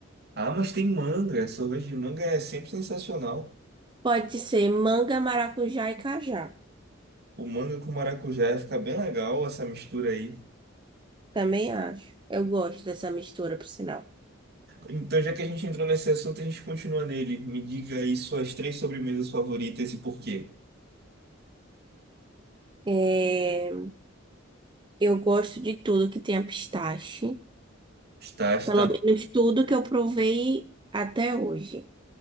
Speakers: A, on the right (about 55°); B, on the right (about 25°).
A: Ah, mas tem manga. Sorvete de manga é sempre sensacional.
B: Pode ser manga, maracujá e cajá.
A: O manga com maracujá fica bem legal essa mistura aí.
B: Também acho. Eu gosto dessa mistura, por sinal.
A: Então, já que a gente entrou nesse assunto, a gente continua nele. Me diga aí suas três sobremesas favoritas e por quê.
B: É, Eu gosto de tudo que tenha pistache.
A: Está, está,
B: Pelo menos tudo que eu provei até hoje.